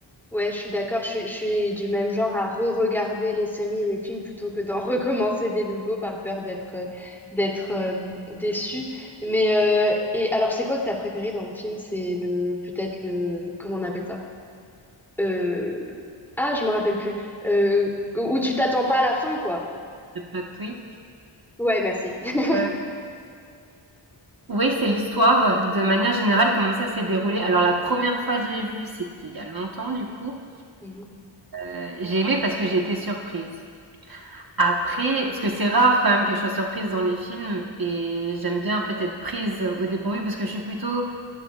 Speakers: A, in the centre; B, on the right.
A: ouais, je suis d'accord. Je suis, je suis du même genre à re-regarder les séries et les films plutôt que d'en <laughs> recommencer des nouveaux par peur d'être euh, d'être euh, déçue. Mais euh, et alors, c'est quoi que t'as préféré dans le film? C'est le peut-être le comment on appelle ça? Euh, ah, je me rappelle plus. Euh, où tu t'attends pas à la fin, quoi.
B: Le plot twist.
A: Ouais, merci. <laughs>
B: Heu Oui, c'est l'histoire, heu, de manière générale, comment ça s'est déroulé. Alors la première fois que je l'ai vu, c'était il y a longtemps du coup,
A: Mhm.
B: heu, j'ai aimé parce que j'ai été surprise. Après parce que c'est rare quand même que je sois surprise dans les films et j'aime bien en fait être prise au dépourvu parce que je suis plutôt